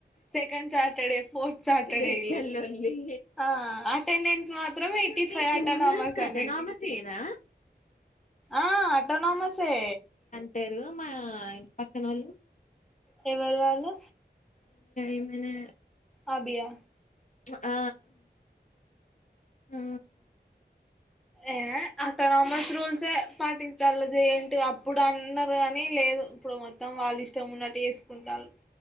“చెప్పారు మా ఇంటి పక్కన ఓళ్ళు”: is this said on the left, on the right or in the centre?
Left